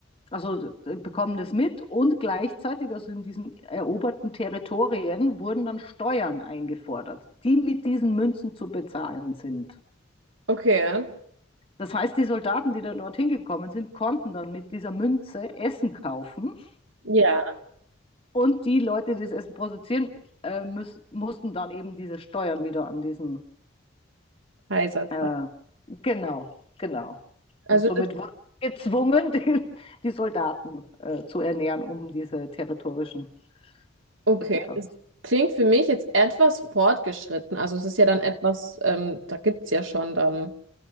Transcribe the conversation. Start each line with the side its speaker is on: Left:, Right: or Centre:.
Left: also äh, bekommen das mit und gleichzeitig, also in diesen eroberten Territorien, wurden dann Steuern eingefordert, die mit diesen Münzen zu bezahlen sind.
Right: Okay.
Left: Das heißt, die Soldaten, die dann dorthin gekommen sind, konnten dann mit dieser Münze Essen kaufen
Right: Ja,
Left: und die Leute, die das Essen produzieren, äh, müß, mussten dann eben diese Steuern wieder an diesen
Right: Kaiserzeit.
Left: Äh, genau, genau.
Right: Also
Left: Und somit
Right: das,
Left: wurden sie gezwungen, <laughs> die, die Soldaten äh, zu ernähren, um diese territorischen
Right: okay,
Left: Expansionen.
Right: das klingt für mich jetzt etwas fortgeschritten. Also es ist ja dann etwas, ähm, da gibt es ja schon dann